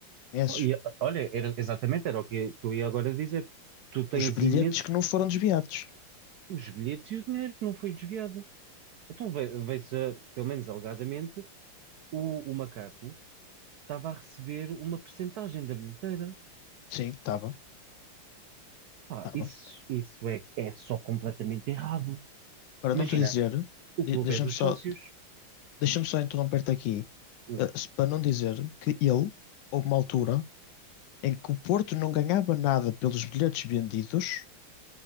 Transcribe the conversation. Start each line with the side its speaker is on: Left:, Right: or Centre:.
Left: conheces?
Right: Bom, E, olha, era, exatamente era o que, que eu ia agora dizer. Tu tens
Left: Os bilhetes
Right: imenso
Left: que não foram desviados.
Right: os bilhetes e o dinheiro que não foi desviado. Então vê- vê-se, ah, pelo menos alegadamente, o, o macaco estava a receber uma percentagem da bilheteira.
Left: Sim, estava,
Right: Pá,
Left: estava.
Right: isso, isso é, é só completamente errado.
Left: Para
Right: Imagina,
Left: não te dizer,
Right: o
Left: de-
Right: clube
Left: deixa-me
Right: é dos
Left: só,
Right: sócios.
Left: deixa-me só interromper-te aqui,
Right: Hum,
Left: ah, se- para não dizer que ele, houve uma altura em que o Porto não ganhava nada pelos bilhetes vendidos